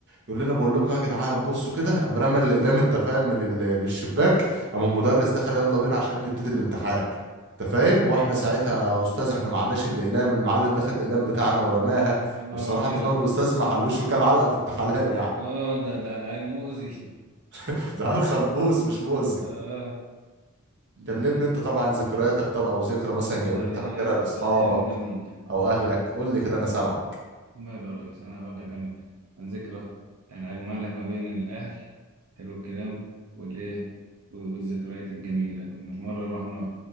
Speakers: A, on the right; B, on the right.
A: يقول لنا بقول لكم يا جدعان بصوا كده قام رمى الاقلام انت فاهم من ال- من الشباك قام المدرس دخل يلا بينا عشان نبتدي الامتحان انت فاهم واحنا ساعتها يا استاذ احنا معناش الاقلام المعلم دخل الاقلام بتاعنا ورماها
B: يا نهار
A: والصراحه
B: أبيض
A: انت فاهم الاستاذ ما حلوش وكال علقه بنت حلال يعني
B: اه ده ده ده عيل مؤذي
A: <laughs> ده عيل خلبوس مش مؤذي
B: <laughs> اه ده
A: كلمني انت طبعا ذكرياتك طب او ذكرى
B: ذكريات
A: مثلا جميله انت فاكرها لاصحابك
B: ايام جميله
A: او اهلك قول لي كده انا سامعك
B: ماله يا ريس انا هقول لك انا عن ذكرى يعني اجمع لك ما بين الاهل حلو الكلام والايه والذكريات الجميله كنا في مره رحنا